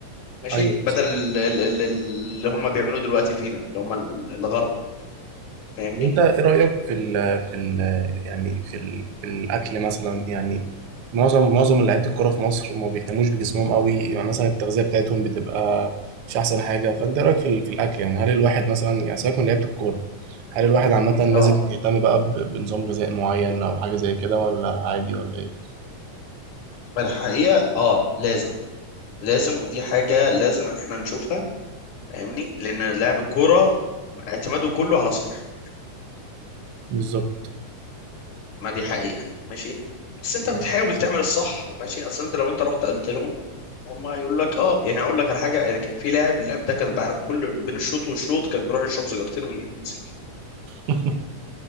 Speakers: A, on the left (about 65°); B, on the right (about 80°).
A: ماشي
B: أيوه
A: بدل ال- ال- ال- اللي هم بيعملوه دلوقتي فينا اللي هم ال- الغرب فاهمني
B: طب انت ايه رأيك في ال في ال يعني في ال في الاكل مثلا يعني معظم معظم لعيبه الكوره في مصر ما بيهتموش بجسمهم قوي يعني مثلا التغذيه بتاعتهم بتبقى مش احسن حاجه فانت ايه رايك في ال- في الاكل يعني هل الواحد مثلا يعني سيبك من لعيبه الكوره هل الواحد عامه لازم
A: اه
B: يهتم بقى ب- بنظام غذائي معين او حاجه زي كده ولا عادي ولا ايه
A: ما الحقيقة اه لازم لازم ودي حاجة لازم احنا نشوفها فاهمني لأن لاعب الكورة اعتماده كله على صحته
B: بالظبط
A: ما دي حقيقة ماشي بس انت بتحاول
B: اه
A: تعمل الصح ماشي اصل انت لو انت رحت قلت لهم هم هيقول لك اه يعني اقول لك على حاجه يعني كان في لاعب اللاعب ده كان بقى كل بين الشوط والشوط كان بيروح يشرب سيجارتين وينزل
B: <laughs>